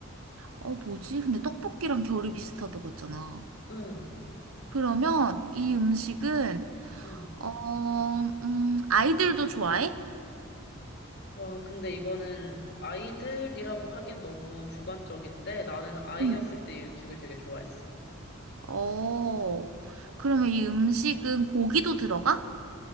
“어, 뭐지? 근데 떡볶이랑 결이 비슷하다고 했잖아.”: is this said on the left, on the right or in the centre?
Right